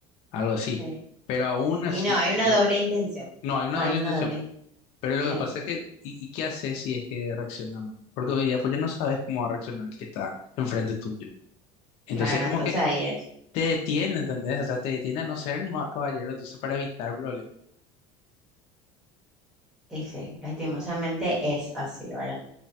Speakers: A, on the left (about 60°); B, in the centre.
A: algo así.
B: Sí. sí.
A: Pero aún
B: Y
A: así,
B: no, hay
A: como
B: una
A: te digo,
B: doble intención.
A: no, hay una
B: No, hay
A: doble
B: una
A: intención.
B: doble intención.
A: Pero lo
B: Sí,
A: que pasa es que, ¿y, y qué haces si es que reacciona mal? Porque hoy día pues ya no sabes cómo va a reaccionar el que está enfrente tuyo. Entonces
B: claro,
A: como
B: entonces
A: que
B: ahí es.
A: te detiene, ¿entendés? O sea, te detiene a no ser más caballero, entonces para evitar problemas.
B: Y sí, lastimosamente es así, ¿verdad?